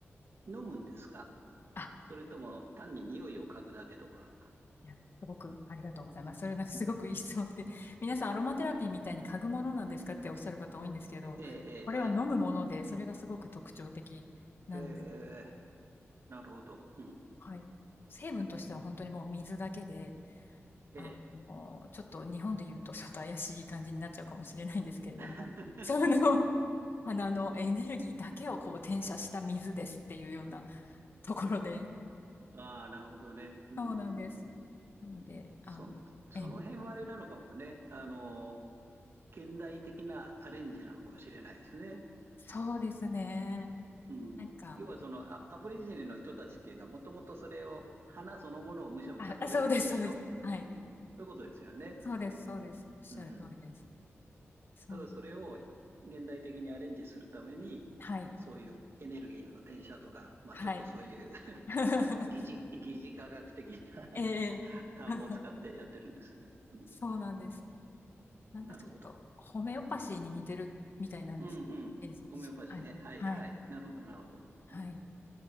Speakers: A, on the right; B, on the left.
A: 飲むんですか
B: あ
A: それとも単に匂いを嗅ぐだけとか。
B: いやすごくありがとうございます。それなんかすごくいい質問で、<laughs> 皆さんアロマテラピーみたいに嗅ぐものなんですかっておっしゃる方多いんですけど、
A: えええ
B: これは飲むもので、それがすごく特徴的なんですね。
A: えええええなるほど。うん。
B: はい。成分としては本当にもう水だけで、
A: ええ。
B: あの、ちょっと日本で言うと <laughs> ちょっと怪しい感じになっちゃうかもしれないんですけれども、
A: <laughs>
B: その
A: うん。
B: 花 <laughs> のエネルギーだけをこう転写した水ですっていうようなところで、
A: ああ、なるほどね。うんうんうん。
B: そうなんです。なので、
A: そ、
B: あの、
A: その辺はあれなのかもね。
B: ええ、
A: あの、現代的なアレンジなのかもしれないですね。
B: そうですね。
A: うん。
B: なんか、
A: 要はそのア、アボリジニの人たちっていうのはもともとそれを、花そのものをむしゃむしゃ食べてたんでしょうん。
B: はいあ、あそうです、そうです。はい。
A: そういうことですよね。
B: そうです、そうです。おっしゃる通りです。
A: うん。
B: そう、
A: ただそれを現代的にアレンジするために、
B: はい、
A: そういうエネルギーの転写とか、まあ、
B: はい。
A: ちょっとそういう <laughs>
B: <laughs>
A: 疑似、科学的な
B: ええ
A: <laughs> タームを使ってやってるんですね。
B: <laughs>
A: うん
B: そうなんです。なんかちょっと、
A: なるほど。
B: ホメオパシーに似てるみたいなんです。
A: うんうん。
B: いいですね。
A: ホメオパシーね。
B: はい、
A: はいはい。
B: はい、
A: なるほど、なるほど。
B: はい。
A: うん